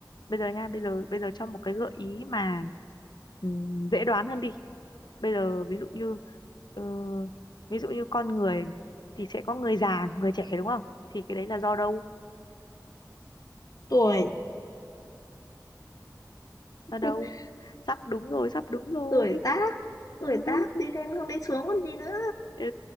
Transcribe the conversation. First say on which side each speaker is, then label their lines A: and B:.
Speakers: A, on the left; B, on the left.
A: bây giờ nha bây giờ bây giờ cho một cái gợi ý mà ừm, dễ đoán hơn đi bây giờ ví dụ như ờ, ví dụ như con người thì sẽ có người già người trẻ đúng không thì cái đấy là do đâu
B: tuổi
A: do đâu
B: <laughs>
A: sắp đúng rồi sắp đúng rồi
B: tuổi tác
A: ừ
B: tuổi tác đi lên không đi xuống còn gì nữa
A: ừ